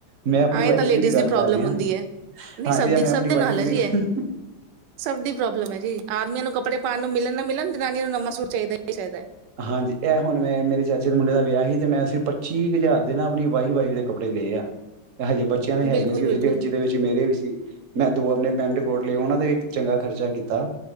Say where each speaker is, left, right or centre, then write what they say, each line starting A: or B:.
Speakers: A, on the right (about 50°); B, on the right (about 70°).
A: ਮੈਂ ਆਪਣੀ
B: ਹਾਂ ਇਹ
A: ਵਾਈਫ
B: ਤਾਂ ਲੇਡੀਜ਼
A: ਦੀ ਵੀ ਗੱਲ
B: ਪ੍ਰੋਬਲਮ
A: ਕਰ ਰਿਹਾ,
B: ਹੁੰਦੀ ਹੈ ਨਹੀਂ
A: ਹਾਂਜੀ,
B: ਸਭ ਦੀ
A: ਮੈਂ
B: ਸਭ
A: ਆਪਣੀ
B: ਦੇ ਨਾਲ
A: ਵਾਈਫ ਦੀ
B: ਹੈ
A: ਵੀ
B: ਜੀ
A: ਗੱਲ
B: ਇਹ
A: ਕਰ ਰਿਹਾ।
B: ਸਭ ਦੀ ਪ੍ਰੋਬਲਮ ਹੈ ਜੀ ਆਦਮੀਆਂ ਨੂੰ ਕੱਪੜੇ ਪਾਉਣ ਨੂੰ ਮਿਲਣ ਨਾ ਮਿਲਣ, ਜਨਾਨੀਆਂ ਨੂੰ ਨਵਾ ਸੂਟ ਚਾਹੀਦਾ ਹੀ ਚਾਹੀਦਾ।
A: ਹਾਂਜੀ, ਇਹ ਹੁਣ ਮੈਂ ਮੇਰੇ ਚਾਚੇ ਦੇ ਮੁੰਡੇ ਦਾ ਵਿਆਹ ਸੀ ਤੇ ਮੈਂ ਪੱਚੀ ਹਜ਼ਾਰ ਦੇ ਨਾ ਆਪਣੀ ਵਾਈਫ ਦੇ ਕੱਪੜੇ ਲਏ ਆ। ਹਜੇ ਬੱਚਿਆਂ ਦੇ ਹੈਗੇ
B: ਬਿਲਕੁਲ,
A: ਸੀ,
B: ਬਿਲਕੁਲ,
A: ਉਹਦੇ ਚ ਜਿਹਦੇ ਵਿੱਚ ਮੇਰੇ ਵੀ ਸੀ, ਮੈਂ ਦੋ ਆਪਣੇ ਪੈਂਟ ਕੋਟ ਉਹਨਾਂ ਦਾ ਵੀ ਚੰਗਾ ਖਰਚਾ ਕੀਤਾ।